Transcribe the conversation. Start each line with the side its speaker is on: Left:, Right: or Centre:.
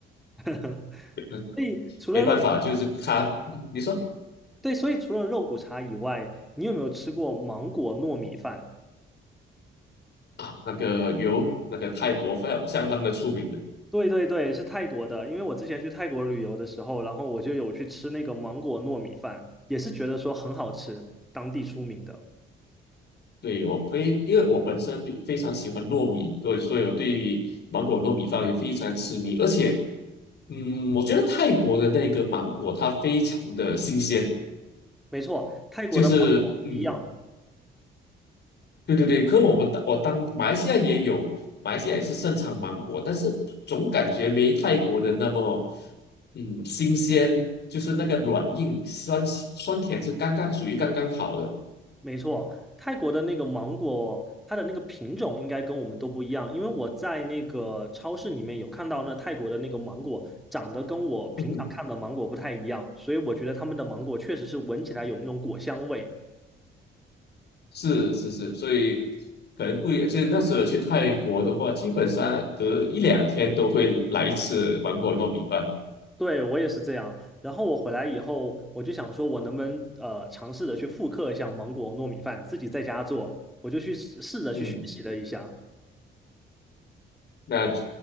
Centre: <laughs>
Left: 没
Centre: 所以除了肉，
Left: 没办法，就是他，嗯你说
Centre: 对，所以除了肉骨茶以外，你有没有吃过芒果糯米饭？
Left: 啊，那个油，那个泰国非常相当的出名的。
Centre: 对对对，是泰国的。因为我之前去泰国旅游的时候，然后我就有去吃那个芒果糯米饭，也是觉得说很好吃，当地出名的。
Left: 对，我非，因为我本身比非常喜欢糯米，对，所以我对芒果糯米饭也非常痴迷。而且，嗯，我觉得泰国的那个芒果它非常的新鲜，
Centre: 没错，泰国的芒果不一样。
Left: 就是，嗯，对对对。可我们当我当马来西亚也有，马来西亚也是盛产芒果，但是总感觉没泰国的那么，嗯，新鲜，就是那个软硬酸酸甜是刚刚属于刚刚好的。
Centre: 没错，泰国的那个芒果，它的那个品种应该跟我们都不一样，因为我在那个超市里面有看到那泰国的那个芒果长得跟我平常看的芒果不太一样，
Left: <laughs>
Centre: 所以我觉得他们的芒果确实是闻起来有那种果香味。
Left: 是是是，所以可能不一样。就是那时候去泰国的话，基本上隔一两天都会来一次芒果糯米饭。
Centre: 对，我也是这样。然后我回来以后，我就想说，我能不能呃尝试着去复刻一下芒果糯米饭，自己在家做，我就去试试着去学习了一下。
Left: 嗯，那